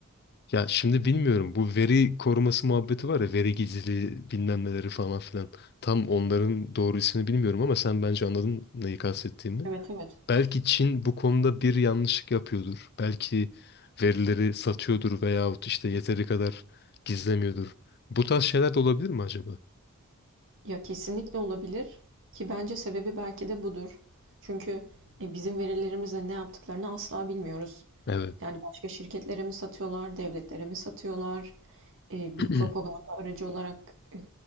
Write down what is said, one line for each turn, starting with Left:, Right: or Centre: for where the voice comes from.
Left: ya şimdi bilmiyorum bu veri koruması muhabbeti var ya veri gizliliği bilmem neleri falan filan. Tam onların doğru ismini bilmiyorum ama sen bence anladın neyi kastettiğimi.
Right: Evet evet.
Left: Belki Çin bu konuda bir yanlışlık yapıyordur. Belki verileri satıyordur veyahut işte yeteri kadar gizlemiyordur. Bu tarz şeyler de olabilir mi acaba?
Right: Ya kesinlikle olabilir ki bence sebebi belki de budur. Çünkü e, bizim verilerimizle ne yaptıklarını asla bilmiyoruz.
Left: Evet.
Right: Yani başka şirketlere mi satıyorlar, devletlere mi satıyorlar? e, bir
Left: <clears throat>
Right: propaganda aracı olarak e,